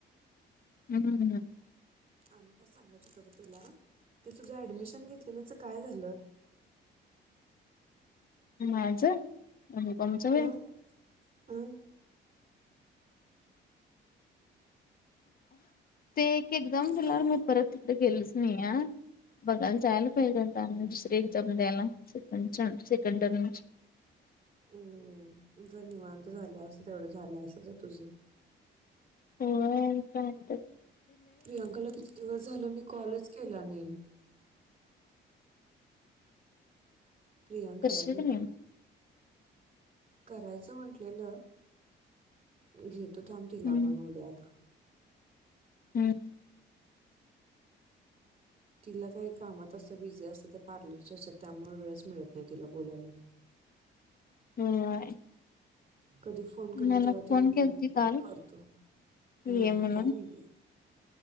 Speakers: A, on the left; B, on the right.
A: हम्म हम्
B: आणि काय सांगायचं होत ग तुला ते तुझ्या ऍडमिशन घेतलेलंच काय झालं?
A: <unintelligible> <unintelligible>
B: हां हां
A: ते एकदम दिला
B: काय
A: मी परत तिकडेे गेलोच नाही. बघायला जायला पाहिजे आता दुसरी एक्झाम द्यायला सेकंड चान्स सेकंड टर्मची.
B: हम्म जर निवांत झाला असत तेवढं झालं अस तर तुझ.
A: हो काय आता
B: प्रियांकाला किती दिवस झालं मी कॉलच केला नाही. प्रियांकाला
A: करशील
B: ग
A: की नाही मग?
B: करायचं म्हटलेलं घेत त थांब तिला
A: हम्म.
B: पण उद्याता
A: हम्म
B: तिला काही कामात असतं बिझी असतं ते पार्लरच्या याच्यात त्यामुळे वेळच मिळत नाही तिला बोलायला
A: <unintelligible>
B: कधी फोन करेल
A: मला
B: तेव्हा तेी
A: फोन
B: म्हणताात
A: केलती
B: म
A: काल
B: करतो
A: ये
B: हा
A: म्हणून.
B: काय म्हटले? <inaudible>